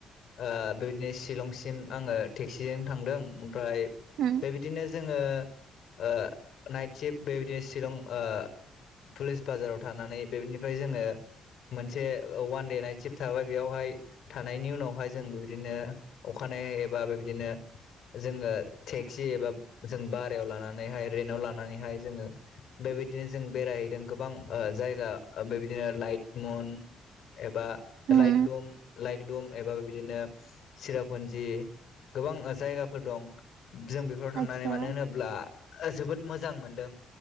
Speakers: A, on the left; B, on the right.
A: ओ बेबायदिनो सिलंसिम आङो टेक्सिजों थांदों ओमफ्राय
B: उम
A: बिदिनो जोङो ओ नाइट सिफ्ट बेबायदिनो शिलं ओ पुलिस बाजाराव थानानै बेनिफ्राय जोङो मोनसे अवान दे नाइट सिप थाबाय बेयावहाय थानायनि उनावहाय जों बिबदिनो अखानायै एबा बेबायदिनो जोङो टेक्सि एबा जों बारायाव लानानैहाय रेन्टाव लानानैहाय जोङो बेबायदिनो जों बेरायहैदों गोबां जायगा बेबायदिनो लाइट मुन एबा लाइट
B: उम
A: लुम लाइट लुम एबा बिदिनो चिरापुन्जि गोबां जायगाफोर दं जों बेफोराव थांनानै
B: आतसा
A: मानो होनोब्ला जोबोद मोजां मोनदों।